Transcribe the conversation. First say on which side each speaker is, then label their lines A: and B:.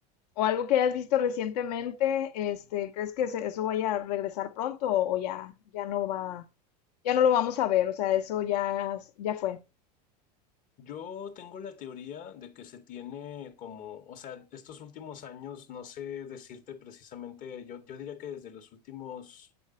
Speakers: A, on the left (about 70°); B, on the left (about 40°).
A: o algo que hayas visto recientemente, este, ¿crees que se- eso vaya a regresar pronto o ya, ya no va, ya no lo vamos a ver? O sea, eso ya, ya fue.
B: Yo tengo la teoría de que se tiene como, o sea, estos últimos años, no sé decirte precisamente, yo, yo diría que desde los últimos